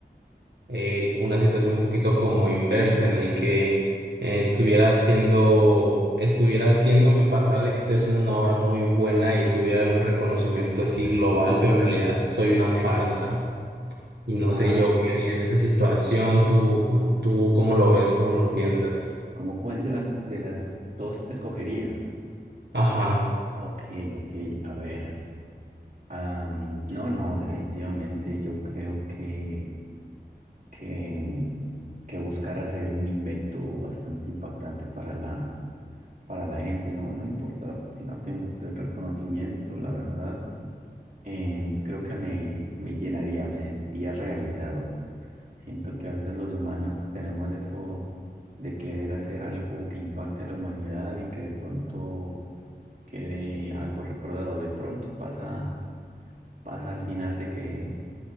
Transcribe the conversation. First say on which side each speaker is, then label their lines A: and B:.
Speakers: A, on the right (about 75°); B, on the right (about 50°).
A: eh, una situación un poquito como inversa en el que eh, estuviera haciendo, estuviera haciéndome pasar de que estoy haciendo una obra muy buena y tuviera un reconocimiento así global, pero en realidad soy una farsa. Y no
B: Ah,
A: sé yo qué haría en esa situación, tú, tú cómo lo ves, cómo lo piensas.
B: ¿cómo cuál de las de las dos escogería?
A: Ajá.
B: ok, ok, a ver. am, no, no, definitivamente yo creo que, que, mm, que buscar hacer un invento bastante impactante para la, para la gente, no, no importa si no tengo pues, el reconocimiento, la verdad, em, creo que me, me llenaría, me sentiría realizado. Siento que a veces los humanos tenemos eso de querer hacer algo que impacte a la humanidad y que de pronto quede algo recordado. De pronto pasa, pasa al final de que